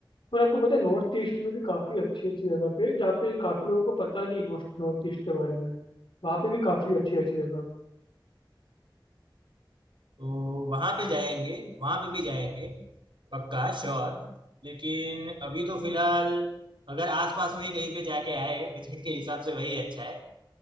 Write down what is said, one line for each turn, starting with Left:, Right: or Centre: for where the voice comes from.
Left: और आपको पता है नॉर्थ ईस्ट में भी काफ़ी अच्छी अच्छी जगह पे जहाँ पे काफ़ी लोगों को पता नहीं नॉर्थ नॉर्थ ईस्ट के बारे में वहाँ पे भी काफ़ी अच्छी अच्छी जगह
Right: तो वहां पे जाएंगे वहां पे भी जाएंगे पक्का श्योर लेकिन अभी तो फिलहाल अगर आसपास में ही कहीं पे जाके आए बजट के हिसाब से वही अच्छा है